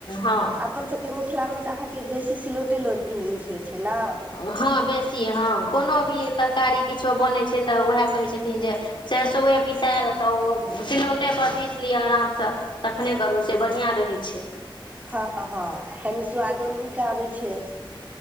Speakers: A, on the left (about 65°); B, on the right (about 20°).
A: हँ
B: अपन सबके मिथिलामे तऽ अहाँके बेसी सिलोट ल यूज होइ छै ने
A: हँ बेसी हँ कोनो भी तरकारी किछो बनैत छै तऽ उएह कहै छथिन जे सरिसोए पिसायल तऽ ओ सिलौटेपर पीस लिअ आरामसँ तखने करू से बढ़िआँ रहै छै
B: हँ हँ कनी स्वादो नीक आबैत छै